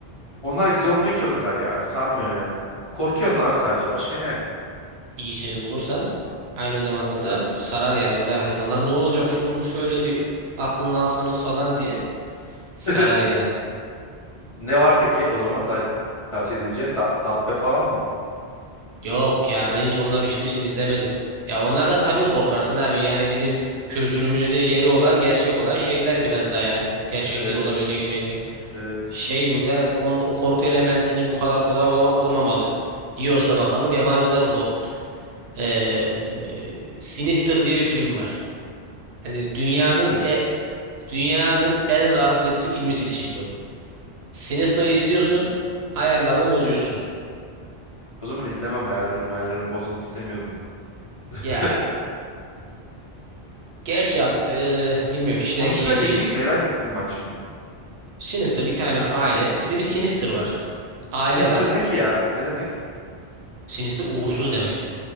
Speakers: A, on the left; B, on the right.
A: Onlar güzel olmuyor ki o kadar ya. Sarmıyor yani. Korkuyorsun abi sadece. Başka ne?
B: İyisini bulursan aynı zamanda da sarar yani merak edersen. Lan ne olacak şunun şöyle bir aklını alsanız falan diye sarar
A: <laughs>
B: yani.
A: Ne var peki o zaman da tavsiye edebileceğin? Da- Dabbe falan mı?
B: Yok ya ben hiç onların hiçbirisini izlemedim. Ya onlardan tabii korkarsın abi yani bizim kültürümüzde yeri olan gerçek olan şeyler biraz da yani. Gerçekliği
A: Evet.
B: de olabilecek şeyler.
A: Evet.
B: Şey e, on, o korku elementini bu kadar kolay olma, olmamalı. Yiyorsa bakalım yabancıları korkut. Ee, Sinister diye bir film var. Hani dünyanın
A: <laughs> Sinister.
B: e, dünyanın en rahatsız edici filmi seçildi o. Sinister'ı izliyorsun, ayarlarını bozuyorsun.
A: O zaman izlemem ayarlarım ayarlarımı bozmak istemiyorum ben. <laughs>
B: Ya e, gerçi e, bilmiyorum kişiden
A: Konusu
B: kişiye
A: ne peki?
B: değişir.
A: Merak ettim bak şimdi.
B: Sinister bir tane aile, bir de bir Sinister var. Aile
A: Sinister
B: var.
A: ne ki ya? Ne demek?
B: Sinister uğursuz demek